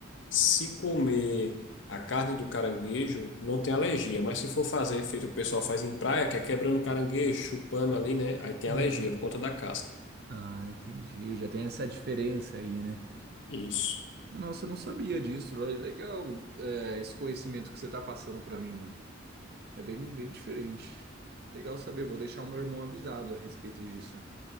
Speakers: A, on the left; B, on the right.
A: Se comer a carne do caranguejo, não tem alergia. Mas se for fazer feito o pessoal faz em praia, que é quebrando o caranguejo, chupando ali, né? Aí tem
B: uhum.
A: alergia por conta da casca.
B: Ah, entendi. Já tem essa diferença aí, né?
A: Isso.
B: Nossa, eu não sabia disso. Le- Legal, é, esse conhecimento que você tá passando pra mim, mano. É bem, bem diferente. Legal saber, vou deixar o meu irmão avisado a respeito disso,